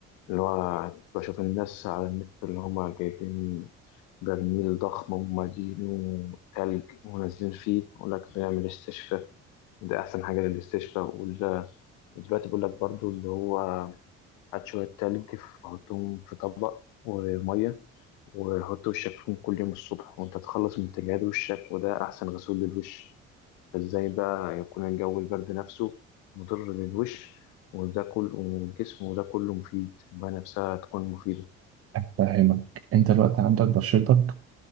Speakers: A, on the left (about 85°); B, on the right (about 50°).
A: اللي هو بشوف الناس على النت اللي هما جايبين برميل ضخم ومالينه تلج ونازلين فيه يقول لك بنعمل استشفاء وده أحسن حاجة للاستشفاء وال- ودلوقتي بيقول لك برضو اللي هو هات شوية تلج حطهم في طبق ومية وحط وشك فيهم كل يوم الصبح وانت تخلص من تجاعيد وشك وده أحسن غسول للوش فازاي بقى يكون الجو البرد نفسه مضر للوش وده كله والجسم وده كله مفيد المية نفسها تكون مفيدة
B: أفهمك أنت الوقت عندك بشرتك